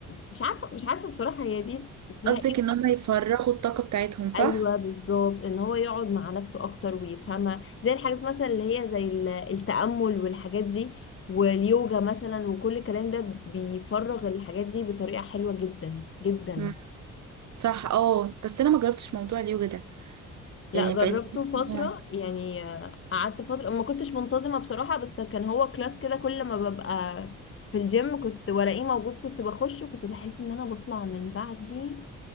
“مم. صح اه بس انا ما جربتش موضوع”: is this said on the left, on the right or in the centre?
Right